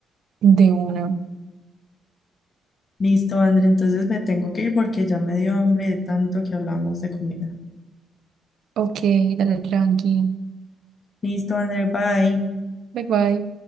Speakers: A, on the right; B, on the left.
A: de una.
B: Listo, André, entonces me tengo que ir porque ya me dio hambre de tanto que hablamos de comida.
A: Ok, dale tranqui.
B: Listo, André, bye.
A: Bye bye.